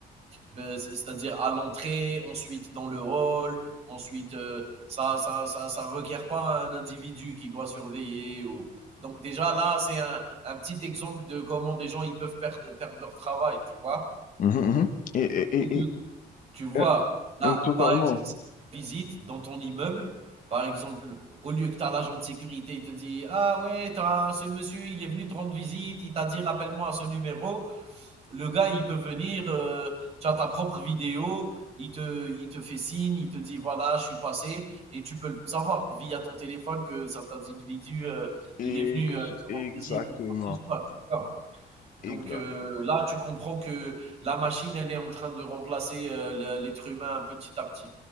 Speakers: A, on the right; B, on the left.
A: beh, c'est c'est-à-dire à l'entrée, ensuite dans le hall, ensuite, heu, ça ça ça ça requiert pas un individu qui doit surveiller ou donc déjà là, c'est un un petit exemple de comment des gens, ils peuvent perdre perdre leur travail, tu vois?
B: mhm, mhm. Et, et- et-
A: Au lieu
B: et,
A: tu vois?
B: euh,
A: Là,
B: euh, totalement.
A: par exemple, si tu as une visite dans ton immeuble, par exemple, au lieu que tu as l'agent de sécurité, il te dit: «Ah ouais, t'as ce monsieur, il est venu te rendre visite, il t'a dit: "Rappelle-moi à ce numéro"», le gars, il peut venir, heu, tu as ta propre vidéo, il te il te fait signe, il te dit: «Voilà, je suis passé» et tu peux le savoir via ton téléphone que cet individu, heu,
B: Ex-
A: il est venu, heu, te
B: exactement.
A: rendre visite ou quoi que ce soit, tu vois? Donc
B: Exact.
A: heu, là, tu comprends que la machine, elle est en train de remplacer, heu, le l'être humain petit à petit.